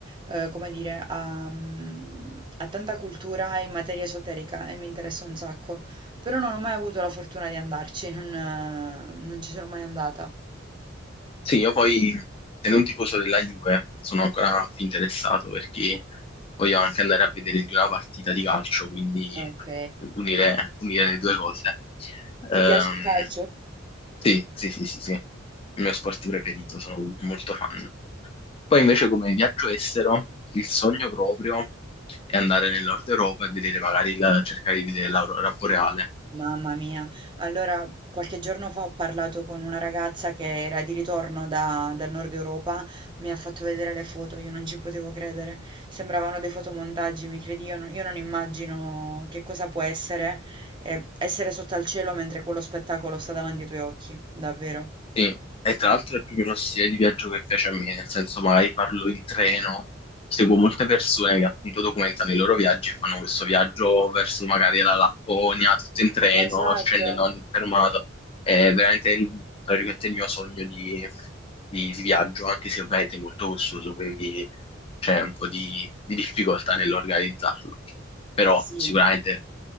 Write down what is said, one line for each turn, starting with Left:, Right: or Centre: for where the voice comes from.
Right: eh, come dire, ha, mm, ha tanta cultura in materia esoterica e mi interessa un sacco, però non ho mai avuto la fortuna di andarci, non, eh, non ci sono mai andata.
Left: Sì, io poi, essendo un tifoso della Juve, sono ancora più interessato perché voglio anche andare a vedere di una partita di calcio, quindi
Right: Ok.
Left: unire, unire le due cose.
Right: Ti
Left: Ehm,
Right: piace il calcio?
Left: sì, sì, sì, sì, sì, il mio sport preferito, sono molto fan. Poi invece come viaggio estero, il sogno proprio è andare nel nord Europa e vedere magari la- cercare di vedere l'aurora boreale.
Right: Mamma mia, allora qualche giorno fa ho parlato con una ragazza che era di ritorno da- dal nord Europa, mi ha fatto vedere le foto, io non ci potevo credere, sembravano dei fotomontaggi, mi credi, io non, io non immagino che cosa può essere eh, essere sotto al cielo mentre quello spettacolo sta davanti ai tuoi occhi, davvero.
Left: Sì, e tra l'altro è proprio uno stile di viaggio che piace a me, nel senso magari parlo in treno, seguo molte persone che appunto documentano i loro viaggi e fanno questo viaggio verso magari la Lapponia, tutto in treno,
Right: Esatto.
Left: scendono a ogni fermata. È veramente il, tra virgolette, il mio sogno di, di- di viaggio, anche se ovviamente è molto costoso, quindi c'è un po' di, di difficoltà nell'organizzarlo. Però
Right: Sì.
Left: sicuramente